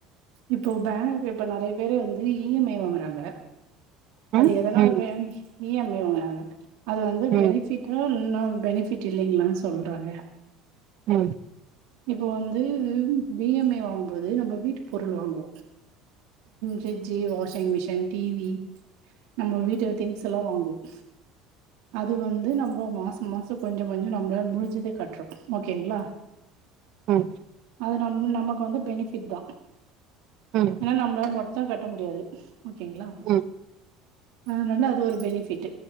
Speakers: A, on the right (about 75°); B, on the right (about 50°).
A: இப்போ பேங்க் இப்ப நெறைய பேரு வந்து இ எம் ஐ வாங்குறாங்க
B: ம்
A: அது எதுனால
B: ம்
A: பேங்க் இ எம் ஐ இங்க அது வந்து
B: ம்
A: பெனிஃபிட்டு இன்னோ பெனிஃபிட் இல்லங்கிளான் சொல்றாங்க
B: ம்
A: இப்ப வந்து பி எம் ஐ வாங்கும்போது நம்ம வீட்டு பொருள் வாங்குவோம் fridge washing machine T V நம்ம வீட்டு திங்ஸ் எல்லா வாங்குவோம் அது வந்து நம்ம மாசம் மாசம் கொஞ்ச கொஞ்ச நம்மள முடுஞ்சத கட்டுறோம் ஓகேங்களா
B: ம்
A: அது நம் நமக்கு வந்து பெனிஃபிட் தான்
B: ம்
A: அனா நம்ப இந்த சா கட்ட முடியாது ஓகேங்ளா
B: ம்
A: ஆனால அது ஒரு பெனிஃபிட்